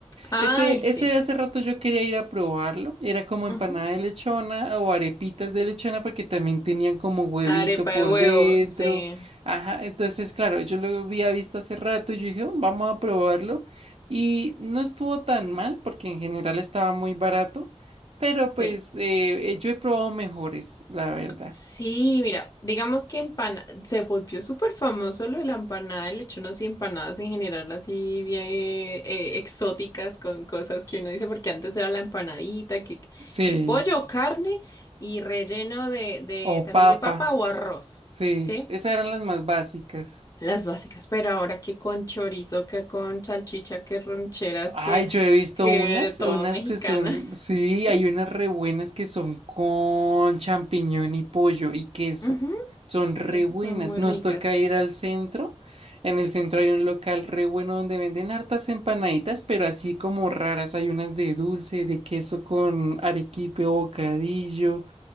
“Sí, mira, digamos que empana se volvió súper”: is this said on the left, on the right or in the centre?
Left